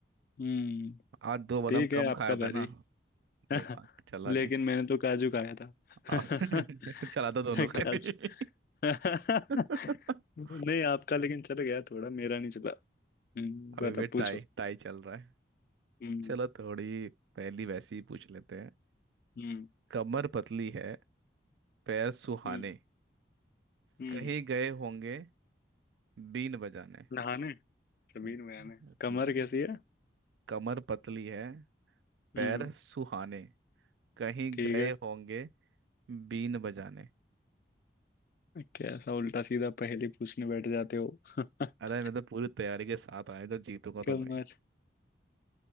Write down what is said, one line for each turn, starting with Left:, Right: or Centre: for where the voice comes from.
Left: हम्म
Right: आज दो बादाम
Left: ठीक है
Right: कम
Left: आपका
Right: खाया
Left: बारी
Right: था ना
Left: <laughs>
Right: दिमाग चला
Left: लेकिन
Right: नहीं
Left: मैंने तो काजू खाया था <laughs>
Right: और- <laughs> चला तो दोनों का
Left: काजू
Right: नहीं
Left: <laughs>
Right: <laughs>
Left: नहीं आपका लेकिन चल गया थोड़ा मेरा नहीं चला हम्म
Right: अभी
Left: बता
Right: भी
Left: पूछो
Right: टाई टाई चल रहा है
Left: हम्म
Right: चलो थोड़ी पहली वैसी ही पूछ लेते हैं
Left: हम्म
Right: कमर पतली है पैर सुहाने
Left: हम्म हम्म
Right: कहीं गए होंगे बीन बजाने
Left: नहाने जमीन
Right: बीन
Left: में आने कमर
Right: बजा-
Left: कैसी है
Right: कमर पतली है पैर
Left: हम्म
Right: सुहाने कहीं
Left: ठीक
Right: गए
Left: है
Right: होंगे बीन बजाने
Left: कैसा उल्टा सीधा पहेली पूछने बैठ जाते हो <laughs>
Right: अरे मैं तो पूरी तैयारी के साथ आया तो जीतूंगा
Left: कमर
Right: तो भाई